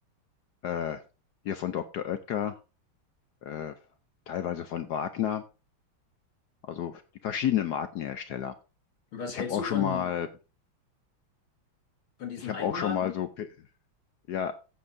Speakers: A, on the left; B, on the left.
A: Äh, hier von Dr. Oetker, äh, teilweise von Wagner, also die verschiedenen Markenhersteller.
B: Und was
A: Ich
B: hältst
A: habe auch
B: du
A: schon
B: von,
A: mal,
B: von diesen
A: ich
B: Eigenmarken?
A: habe auch schon mal so, P- ja,